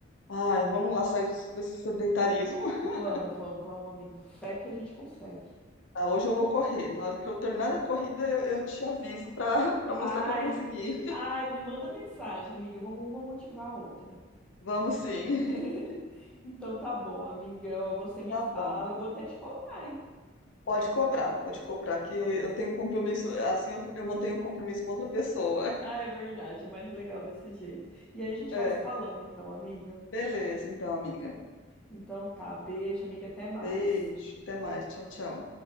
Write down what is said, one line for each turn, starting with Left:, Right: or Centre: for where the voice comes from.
Left: Ai, vamos lá sair do- desse sedentarismo. <laughs>
Centre: Vamos, vamos, vamos, amigo. Fé que a gente consegue.
Left: Ah, hoje eu vou correr. Na hora que eu terminar a corrida, eu, eu te aviso para <laughs> para mostrar
Centre: Ai,
Left: que eu consegui.
Centre: ai, me manda mensagem, amiga. Vamos uma motivar a outra.
Left: Vamos sim.
Centre: <laughs>
Left: <laughs>
Centre: Então tá bom, amiga. Ó, você me
Left: Tá
Centre: fala,
Left: bom.
Centre: eu vou até te cobrar, hein? Vou
Left: Pode
Centre: até te
Left: cobrar,
Centre: cobrar.
Left: pode
Centre: tá
Left: cobrar que eu
Centre: Bom,
Left: tenho um compromisso, assim eu, eu mantenho um compromisso com outra pessoa. <laughs>
Centre: ah, é verdade, é mais legal desse jeito. E aí a gente
Left: É,
Centre: vai se falando, então, amiga.
Left: beleza, então, amiga.
Centre: Então tá, beijo, amiga, até mais.
Left: Beijo, até mais, tchau, tchau.